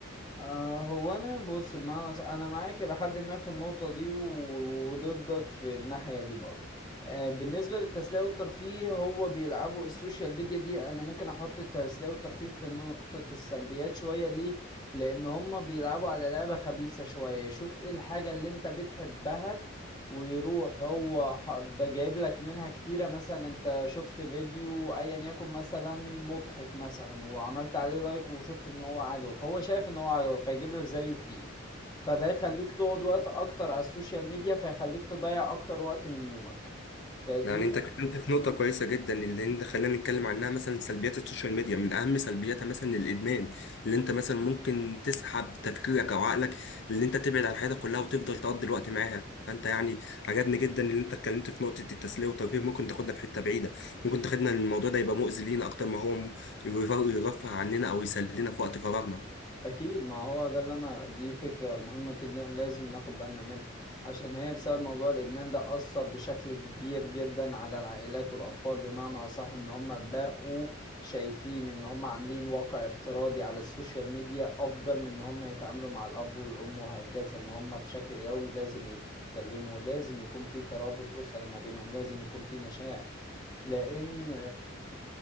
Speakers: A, on the left (about 20°); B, on the left (about 60°).
A: آه، هو انا بص بمعنى أصح- انا معاك لحد ما في النقطة دي و- وضدك في الناحية دي برضه آه، بالنسبة للتسلية والترفيه هو بيلعبوا السوشيال ميديا دي انا ممكن احط التسلية والترفيه في نقطة السلبيات شوية ليه لان هم بيلعبوا على لعبة خبيثة شوية يشوف ايه الحاجة اللي انت بتحبها ويروح هو حب جايب لك منها كتيرة مثلا انت شفت فيديو ايا يكن مثلا مضحك مثلا وعملت عليه لايك وشفت ان هو عجبك هو شايف ان هو عجبك فيجيب لك زيه كتير فده يخليك تقعد وقت اكتر على السوشيال ميديا فيخليك تضيع اكتر وقت من يومك فدي
B: يعني انت اتكلمت في نقطة كويسة جدا اللي انت خلينا نتكلم عنها مثلا سلبيات السوشيال ميديا من اهم سلبياتها مثلا الادمان اللي انت مثلا ممكن تسحب تفكيرك او عقلك اللي انت تبعد عن حياتك كلها وتفضل تقضي الوقت معاها فانت يعني عجبني جدا اللي انت اتكلمت في نقطة التسلية والترفيه ممكن تاخدنا في حتة بعيدة ممكن تاخدنا الموضوع ده يبقى مؤذي لينا اكتر ما هو م- يرفه يرفه عننا او يسلينا في وقت فراغنا
A: اكيد ما هو ده اللي انا دي فكره مهمه جدا لازم ناخد بالنا منها عشان هي بسبب موضوع الادمان ده اثر بشكل كبير جدا على العائلات والاطفال بمعنى اصح ان هم بقوا شايفين ان هم عاملين واقع افتراضي على السوشيال ميديا افضل من ان هم يتعاملوا مع الاب والام وهكذا ان هم بشكل يومي لازم يتكلموا لازم يكون في ترابط أسري ما بينهم لازم يكون في مشاعر لأن